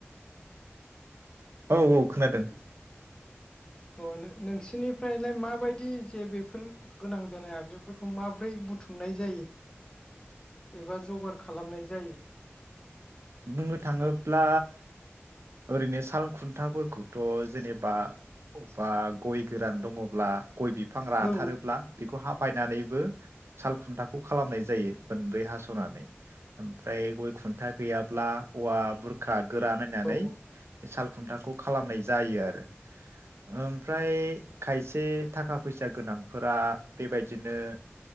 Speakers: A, on the right (about 70°); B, on the left (about 15°).
A: औ औ खोनादों।
B: अ नो-नोंसोरनिफ्रायलाय माबायदि जे बेफोर गोनां जानाय आगजुफोरखौ माब्रै बुथुमनाय जायो एबा जगार खालामनाय जायो?
A: बुंनो थाङोब्ला ओरैनो साल खुन्थाफोरखौथ' जेनेबा बबबा गय गोरान दङ'ब्ला गय बिफां राथारोब्ला
B: औ
A: बेखौ हाफायनानैबो साल खुन्था खौ खालामनाय जायो मोनब्रै हास'नानै ओमफ्राय गय खुन्था गैयाब्ला औवा बुरखा गोरा नायनानै
B: औ
A: बे साल खुन्थाखौ खालामनाय जायो आरो ओम ओमफ्राय खायसे थाखा फैसा गोनांफोरा बेबायदिनो